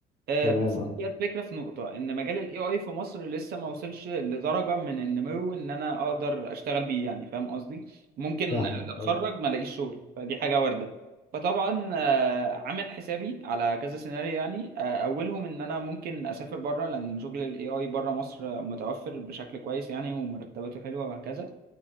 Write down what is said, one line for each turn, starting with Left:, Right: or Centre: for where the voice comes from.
Right: آه،
Left: تمام
Right: بس
Left: اه
Right: هي الفكرة في نقطة إن مجال ال AI في مصر لسه ما وصلش لدرجة من النمو إن أنا أقدر أشتغل بيه يعني فاهم قصدي؟ ممكن
Left: فاهمك
Right: أتخرج
Left: اه
Right: ما ألاقيش شغل فدي حاجة واردة فطبعا آه، عامل حسابي على كذا سيناريو يعني آه، أولهم إن أنا ممكن أسافر بره لأن شغل ال AI بره مصر متوفر بشكل كويس يعني ومرتباته حلوة وهكذا